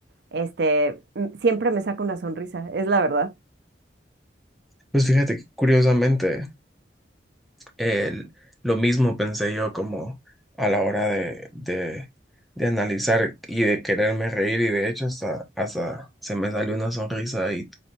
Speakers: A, on the right (about 65°); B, in the centre.
A: este, m- siempre me saca una sonrisa, es la verdad.
B: Pues fíjate, que, curiosamente. el- lo mismo pensé yo como a la hora de, de, de analizar y de quererme reír y de hecho hasta, hasta se me salió una sonrisa y,